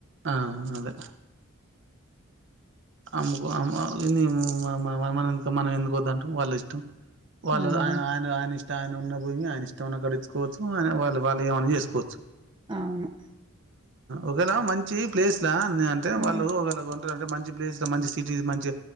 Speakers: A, on the right (about 55°); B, on the right (about 20°).
A: ఆహ అదే అమ్మకో అమ్మ అనిందేమొ మనం మనం ఎందుకొ ద్దట్టం వాళ్ళిష్టం వాళ్ళు
B: మనం
A: ఆయన ఆయన ఆయన ఇష్ట ఆయన ఉన్న భూమి ఆయన ఇష్టం ఉన్నకాడ ఇచ్ <unintelligible> వాళ్ళు వాళ్ళు ఏమైనా చేసుకోచ్చు
B: అవును
A: ఒగేళ మంచి ప్లేస్ లా అని అంటే
B: మ్మ్
A: వాళ్ళు ఒగెళ అంటే మంచి ప్లేస్ మంచి సిటీ మంచి